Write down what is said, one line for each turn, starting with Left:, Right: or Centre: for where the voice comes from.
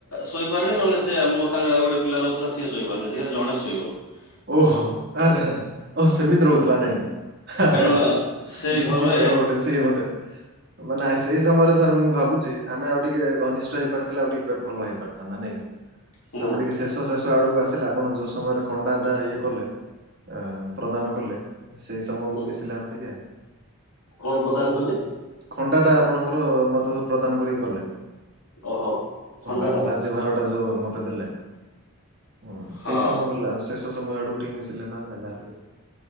Left: ଶୋଇପାରନି ନହେଲେ ସେ ମୋ ସାଙ୍ଗରେ ଆଉ ଗୋଟେ ପିଲା ରହୁଥିଲା ସିଏ ଶୋଇପାରେନି ସେ ଜଣେ ଶୋଇବ।
Right: ଓହୋ
Left: ହଁ
Right: ଆରେ ଆରେ ଓ ସେମିିତ ରହୁଥିଲା ନାଇଁ କି। ଆରେଆରେ
Left: କାରଣ ସେଇ
Right: ବିଚିିତ୍ର
Left: ଘରେ
Right: ଗୋଟେ ସେ ଗୋଟେ ମ ନା ସେଇ ସମୟରେ ସାର୍ ମୁଁ ଭାବୁଛି ଆମେ ଆଉ ଟିକେ ଘନିଷ୍ଠ ହେଇପାରିଥିଲା ଆଉ ଟିକେ ବେ ଭଲ ହେଇ ପାରିଥାନ୍ତା। ନାଇଁ କି?
Left: ହୁଁ
Right: ଆମେ ଟିକେ ଶେଷ ଶେଷ ଆଡକୁ ଆସିଲେ ଆପଣ ଯୋଉ ସମୟରେ ଖଣ୍ଡା ଟା ଇଏ କଲେ ଅ ପ୍ରଦାନ କଲେ। ସେଇ ସମୟକୁ
Left: ହୁଁ
Right: ମିଶିଲା ଆମେ ଟିକେ।
Left: କଣ ପ୍ରଦାନ କଲେ
Right: ଖଣ୍ଡା ଟା ଆପଣଙ୍କର ମତଲ ପ୍ରଦାନ କରିକି ଗଲେ
Left: ଓହୋ ହଣ୍ଡା
Right: ହଁ
Left: ଟା।
Right: ରାଜ୍ୟଭାର ଟା ଯୋଉ ମତେ ଦେଲେ। ହୁଁ
Left: ହଁ
Right: ସେଇ ସମୟ ଗଲା, ଶେଷ ସମୟ ଆଡୁ ଟିକେ ମିଶିଲେ ନାମେ ଯହେଲେ।